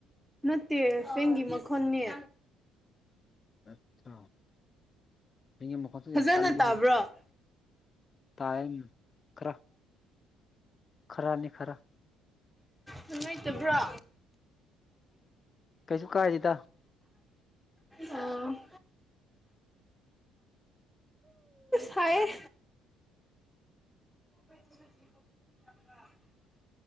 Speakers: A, in the centre; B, on the left.
A: ꯅꯠꯇꯦ ꯐꯦꯡꯒꯤ ꯃꯈꯣꯟꯅꯦ
B: ꯑꯆꯥ ꯊ ꯃꯈꯀꯥ
A: ꯐꯖꯅ
B: ꯀꯜ
A: ꯇꯥꯕ꯭ꯔꯣ
B: ꯐ ꯇꯥꯏꯈ꯭ꯔ ꯈꯔꯅꯤ ꯈꯔ
A: ꯅꯨꯡꯉꯥꯏꯇꯕ꯭ꯔꯥ
B: ꯀꯩꯁꯨ ꯀꯥꯖꯤꯗ
A: ꯑ ꯐꯌꯦ ꯭ꯔ